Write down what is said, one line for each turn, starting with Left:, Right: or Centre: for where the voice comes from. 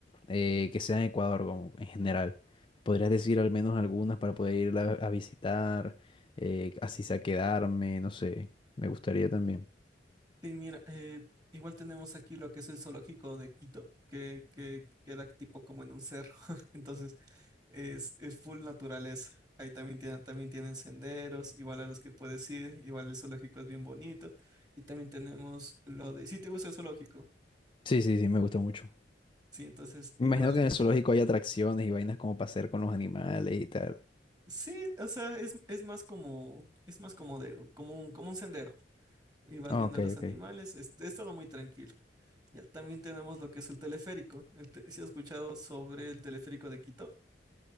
Left: eh, que sea en Ecuador como en general Podrías decir al menos algunas para poder irla a visitar, eh, así sea quedarme, no sé. Me gustaría también.
Right: Sí, mira, eh, igual tenemos aquí lo que es el zoológico de Quito, que, que queda tipo como en un cerro, <laughs> entonces es, es full naturaleza. Ahí también, tiene- también tienen senderos, igual a los que puedes ir, igual el zoológico es bien bonito. Y también tenemos lo de, si te gusta el zoológico,
Left: Sí, sí, sí, me gusta mucho.
Right: sí, entonces igual,
Left: Me imagino que en el zoológico hay atracciones y vainas como para hacer con los animales y tal.
Right: sí, o sea, es, es más como, es más como de, como un- como un sendero. y vas
Left: Ah,
Right: viendo
Left: ok,
Right: a los
Left: ok.
Right: animales. Es, es todo muy tranquilo. Ya también tenemos lo que es el teleférico. El te- ¿Sí has escuchado sobre el teleférico de Quito?